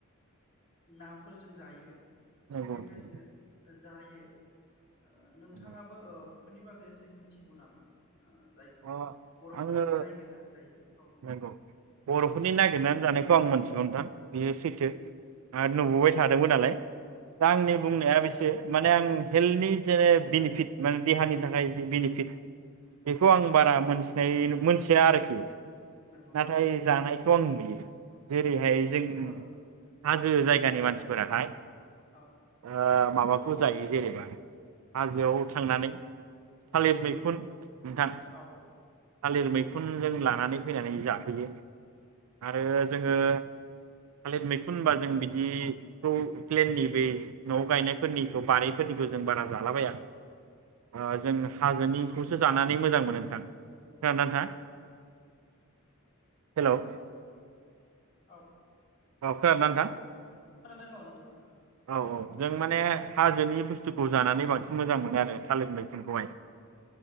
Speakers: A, on the left; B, on the right.
A: नाफोरजों जायो।
B: नंगौ
A: थिग बेबायदिनो
B: नोंथां
A: जायो। ओ नोंथाङाबो
B: अ
A: ओ बे फोरनि बागै एसे मिथिगौ नामा जायफोर?
B: आङो
A: बर'फोरादि नायगिरनानै जायो औ
B: नंगौ बर'फोरनि नागिरनानै जानायखौ आं मोनसे ओ नोंथां बियो सैथो आरो नुबोबाय थादोंमोन नालाय। दा आंनि
A: औ
B: बुंनाया बेसो। माने आं हेल्थनि जेने बेनिफिट माने देहानि थाखाय जि बेनिफिट बेखौ आं बारा मोनसि ओमफ्राय मिथिया आरोखि।
A: नंगौ
B: नाथाय
A: नंगौ
B: जानाय <unintelligible> जेरैहाय
A: नंगौ नंगौना
B: जों
A: औ
B: हाजो जायगानि मानसिफोराहाय
A: औ
B: ओ माबाखौ जायो जेनेबा हाजोआव थांनानै थालिर मैखुन नोंथां।
A: औ
B: थालिर मैखुन जों लानानै फैनानै जाफैयो आरो जोङो थालिर मैखुन होनोब्ला जों बिदिखौ प्लेननि बे न'आव गायनायफोरनिखौ बारिफोरनिखौ जों बारा जालाबाया ओ जों हाजोनिखौसो जानानै मोजां मोनो नोंथां। खोनादों ना नोंथाङा हेल'
A: औ।
B: औ खोनादों ना नोंथां?
A: खोनादों औ नोंथां खोनादों।
B: औ औ जों माने हाजोनि बुस्थुखौ जानानै बांसिन मोजां मोनो आरो थालिर मैखुनखौहाय।